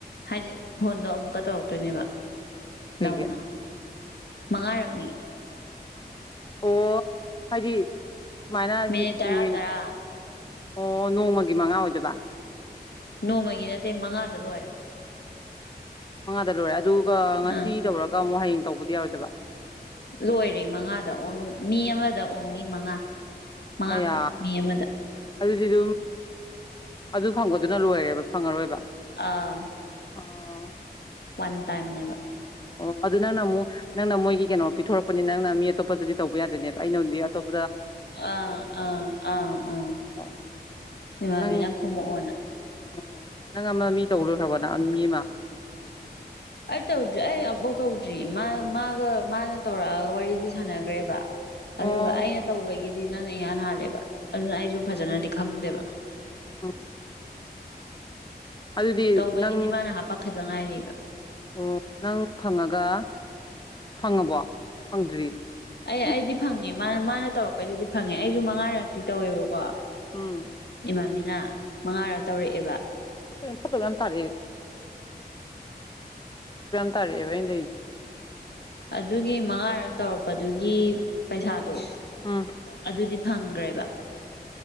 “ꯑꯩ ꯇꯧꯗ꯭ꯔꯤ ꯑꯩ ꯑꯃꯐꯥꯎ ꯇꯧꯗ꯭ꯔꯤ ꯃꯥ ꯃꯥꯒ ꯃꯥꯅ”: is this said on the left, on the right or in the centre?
Left